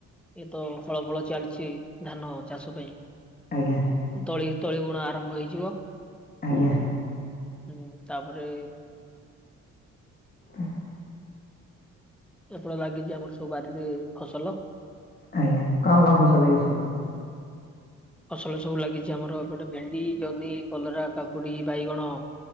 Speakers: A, in the centre; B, on the left.
A: ଏଇ ତ ହଳ ଫଳ ଚାଲିଛି ଧାନ ଚାଷ ପାଇଁ
B: ଆଜ୍ଞା।
A: ତଳି ତଳି ଵୁଣା ଆରମ୍ଭ ହେଇଯିବ।
B: ଆଜ୍ଞା।
A: ହୁଁ ତାପରେ
B: ହ
A: ଏପଟେ ଲାଗିଛି ଆମର ସବୁ ବାରିରେ ଫସଲ
B: ଆଜ୍ଞା କଣ କଣ ଫସଲ ଲାଗିଛି ସବୁ?
A: ଫସଲ ସବୁ ଲାଗିଛି ଆମର ଏପଟେ ଭେଣ୍ଡି, ଜହ୍ନି, କଲରା, କାକୁଡି, ବାଇଗଣ।